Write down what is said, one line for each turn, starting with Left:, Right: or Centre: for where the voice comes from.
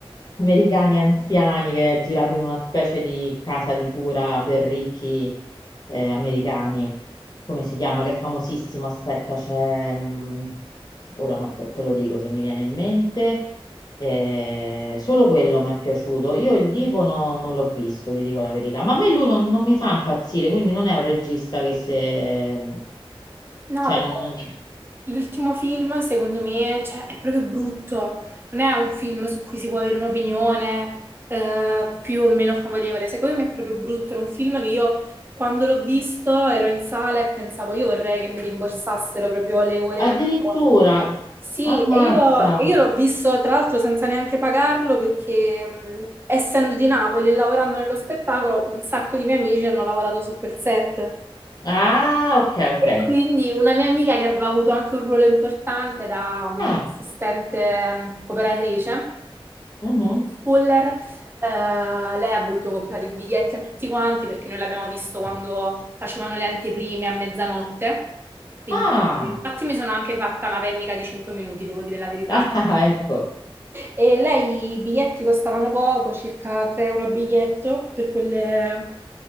Left: americani anziani che è girato in una specie di casa di cura per ricchi, eh, americani. Come si chiama? Che è famosissimo. Aspetta, c'è. mm, ora ma te te lo dico se mi viene in mente. Eh, solo quello mi è piaciuto. Io il Divo no- non l'ho visto, ti dico la verità. Ma a me lui non, non mi fa impazzire, quindi non è un regista che se...
Right: No,
Left: Cioè,
Right: però
Left: non, non-
Right: l'ultimo film, secondo me, cioè, è proprio brutto. Non è un film su cui si può avere un'opinione eh, più o meno favorevole. Secondo me è proprio brutto. Era un film che io, quando l'ho visto, ero in sala e pensavo, io vorrei che mi rimborsassero proprio le ore
Left: addirittura
Right: di lavoro. Sì,
Left: ammazza.
Right: e io, e io l'ho visto tra l'altro senza neanche pagarlo perché mh, essendo di Napoli e lavorando nello spettacolo, un sacco di miei amici hanno lavorato su quel set.
Left: Ah, ok, ok.
Right: E quindi una mia amica che aveva avuto anche un ruolo importante da um,
Left: Ah,
Right: assistente um, operatrice,
Left: mhm.
Right: Puller, eh, lei ha voluto comprare i biglietti a tutti quanti perché noi l'abbiamo visto quando facevano le anteprime a mezzanotte. Quindi,
Left: Ah,
Right: infatti, mi sono anche fatta una pennica di 5 minuti, devo dire la verità.
Left: <laughs> ah, ah, ecco.
Right: E lei i biglietti costavano poco, circa 3 euro a biglietto per quelle